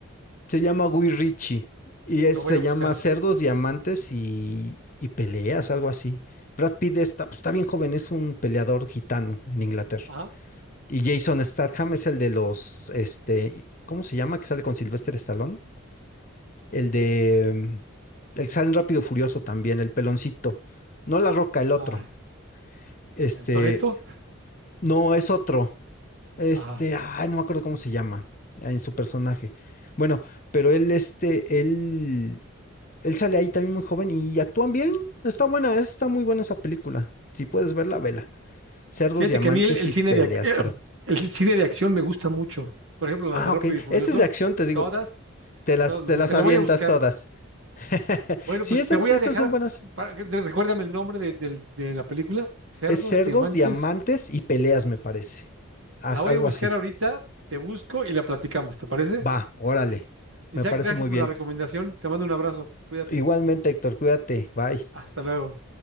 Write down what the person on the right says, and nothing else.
lo
voy a buscar.
Ajá,
ah,
el Toretto,
ajá.
Fíjate
que a mí el, el
cine
de, ac- eh,
el cine de acción me gusta mucho. Por ejemplo,
las de Rápido
y Furioso,
todas,
todas me
gustan.
La voy a buscar.
Bueno,
pues
te voy a
dejar,
para- recuérdame el nombre de, del- de la película, Cerdos,
Diamantes.
La voy
a buscar
ahorita, te busco y la platicamos, ¿te parece?
Isaac,
gracias
por
la recomendación. Te mando un abrazo. Cuídate.
Hasta luego.